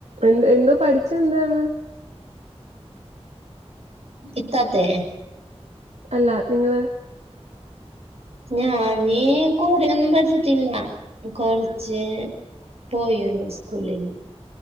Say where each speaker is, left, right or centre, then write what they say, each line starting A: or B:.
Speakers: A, on the right; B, on the right.
A: എന്ത് എന്തോ പഠിച്ച എന്താണ്
B: ഇത്താത്തെേ
A: അല്ല നിങ്ങള്
B: ഞാന് കൊറേ ഒന്നും പഠിച്ചിട്ടില്ല കുറച്ച് പോയൊള്ളൂ സ്കൂളില്